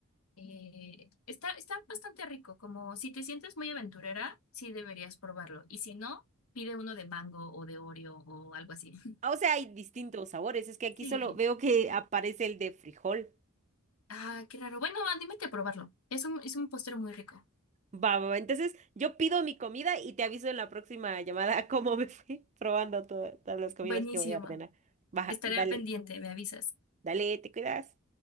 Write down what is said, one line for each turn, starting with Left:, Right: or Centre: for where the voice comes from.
Left: Eh, está, está bastante rico, como si te sientes muy aventurera, sí deberías probarlo. Y si no, pide uno de mango o de Oreo o algo así. <laughs>
Right: Ah, O sea, hay distintos sabores. Es que aquí
Left: Sí.
Right: solo veo que aparece el de frijol.
Left: Ah, qué raro. Bueno, anímate a probarlo. Es un, es un postre muy rico.
Right: Va, va, va. Entonces, yo pido mi comida y te aviso en la próxima llamada <laughs> cómo me fui <laughs> probando to- todas las comidas
Left: Buenísimo.
Right: que voy a ordenar. Va,
Left: Estaré
Right: dale,
Left: al pendiente, me avisas.
Right: dale, te cuidas.